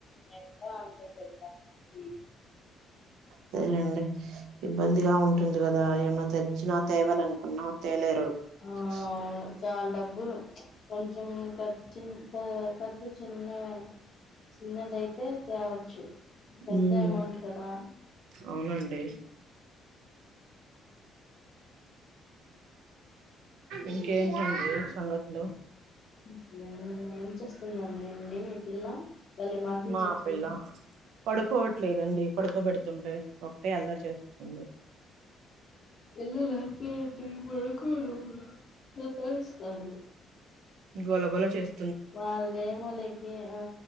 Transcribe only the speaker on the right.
సరేలేండి ఇబ్బందిగా ఉంటుంది కదా ఏమన్నా తెచ్చినా తేవాలనుకున్నా తేలేరు
స
ఉమ్,
అవునండి ఇంకేంటడి సంగతులు
మా
పిల్ల పడుకోవట్లేదండి పడుకోబెడుతుంటాయి ఒకటే అలరీ చేస్తుంది
గోల గోల చేస్